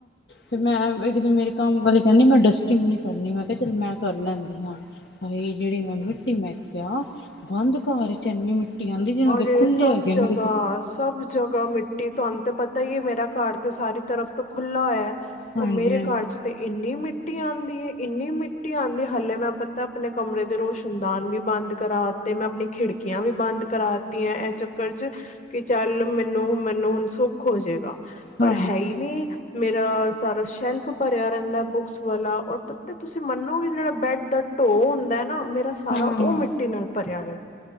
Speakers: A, on the left; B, on the left.
A: ਤੇ ਮੈਂ ਇਕ ਦਿਨ ਮੇਰੀ ਕੰਮ ਵਾਲੀ ਕਹਿੰਦੀ ਮੈਂ ਡੱਸਟਿੰਗ ਨੀ ਕਰਨੀ ਨੀ ਮੈਂ ਕਿਹਾ ਚੱਲ ਮੈਂ ਕਰ ਲੈਂਦੀ ਹਾਏ ਜਿਹੜੀ ਮੈਂ ਮਿੱਟੀ ਮੈਂ ਕਿਆ ਬੰਦ ਕਾਰ ਵਿੱਚ ਐਨੀ ਮਿੱਟੀ ਆਂਦੀ ਜਿਨਾਂ ਦੇ
B: ਅਰੇ
A: ਖੁੱਲੇ
B: ਸਭ
A: ਹੈਗੇ
B: ਜਗਾ
A: ਨੇ
B: ਸਭ ਜਗਾ ਮਿੱਟੀ ਤੁਹਾਨੂੰ ਤਾ ਪਤਾ ਈ ਐ। ਮੇਰਾ ਘਰ ਤੇ ਸਾਰੀ ਤਰਫ਼ ਤੋਂ ਖੁੱਲਾ ਹੋਇਆ।
A: ਹਾਂਜੀ
B: ਉਹ ਮੇਰੇ
A: ਹਾਂਜੀ
B: ਘਰ ਚ ਤੇ ਇੰਨੀ ਮਿੱਟੀ ਮਿੱਟੀ ਆਂਦੀ ਏ, ਇੰਨੀ ਮਿੱਟੀ ਆਂਦੀ ਏ, ਹਲ਼ੇ ਮੈਂ ਪਤਾ ਆਪਣੇ ਕਮਰੇ ਦੇ ਰੋਸ਼ਨਦਾਨ ਵੀ ਬੰਦ ਕਰਾ ਤੇ, ਮੈਂ ਆਪਣੀ ਖਿੜਕੀਆਂ ਵੀ ਬੰਦ ਕਰਾਤੀਆਂ, ਇਹ ਚੱਕਰ ਚ ਕਿ ਚੱਲ ਮੈਨੂੰ, ਮੈਨੂੰ ਹੁਣ ਸੁੱਖ ਹੋਜੇਗਾ। ਪਰ
A: ਹਾਂ
B: ਹੈਈ ਨੀ ਮੇਰਾ ਸਾਰਾ ਸ਼ੈਲਫ ਭਰਿਆ ਰਹਿੰਦਾ ਬੁੱਕਸ ਵਾਲਾ ਔਰ ਪਤਾ ਤੁਸੀਂ ਮੰਨੋਗੇ ਜਿਹੜਾ ਬੈੱਡ ਦਾ ਢੋ ਹੁੰਦਾ ਨਾ ਮੇਰਾ ਸਾਰਾ
A: ਹਾਂ
B: ਉਹ ਮਿੱਟੀ ਨਾਲ ਭਰਿਆ ਰਹਿ